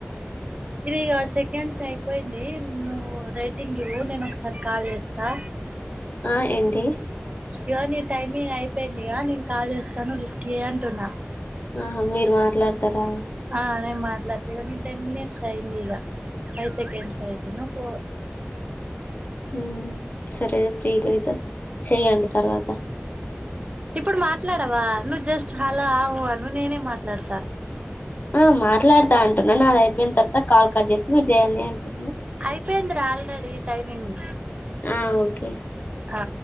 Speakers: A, on the right (about 35°); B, on the left (about 45°).
A: ఇది ఇగ సెకండ్స్ అయిపోయింది. నువ్వు రేటింగ్ ఇవ్వు నేను ఒకసారి కాల్ చేస్తా
B: ఆ ఏంటి
A: ఇ నీ టైం ఇగ అయిపోయింది ఇగ నేను కాల్ చేస్తా ను లిఫ్ట్ చేయి అంటున్న.
B: ఆహ మీరు మాట్లాడతారా
A: ఆ నేన్ మాట్లాడ్త ఇగ నీ టెన్ మినిట్స్ అయింది ఇగ ఫైవ్ సెకెండ్స్ అయింది ఫో
B: హ్ సరే ఫ్రీగా అయిత చేయండి తర్వాత
A: ఇప్పుడు మాట్లాడవా నువ్వు జస్ట్ హలో ఆ వు అను నేనే మాట్లాడతా
B: ఆ మాట్లాడతా అంటున్న నాద్ అయిపోయిన తర్వాత కాల్ కట్ చేసి మీరు చేయండి అంటున్నా
A: ఐపోయింది రా ఆల్రెడీ టైమింగ్
B: ఆ ఓకే
A: ఆ